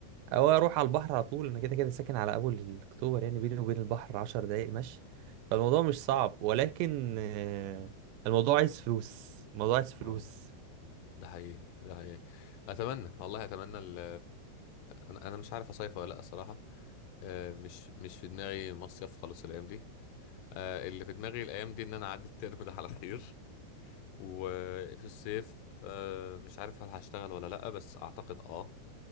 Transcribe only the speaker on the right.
او اروح على البحر على طول انا كده كده ساكن على اول اكتوبر يعني بيني وبين البحر عشر دقايق مشي فالموضوع مش صعب ولكن آه، الموضوع عايز فلوس الموضوع عايز فلوس